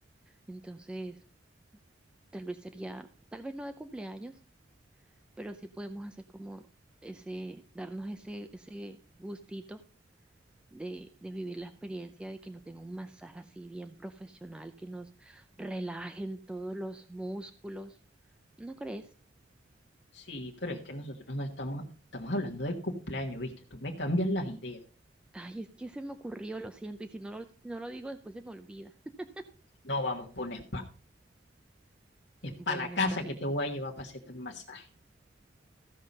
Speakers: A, in the centre; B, on the left.
A: Entonces, tal vez sería, tal vez no de cumpleaños, pero sí podemos hacer como ese, darnos ese, ese gustito de, de vivir la experiencia de que nos den un masaje así bien profesional, que nos relajen todos los músculos. ¿No crees?
B: Sí, pero es que nosotros no estamos, estamos hablando del cumpleaños, ¿viste? Tú me cambias las ideas.
A: <laughs> Ay, es que se me ocurrió, lo siento, y si no lo, no lo digo después se me olvida. <laughs>
B: No vamos por un spa, es
A: Bueno,
B: para la casa
A: está bien,
B: que te voy a llevar para hacerte el masaje.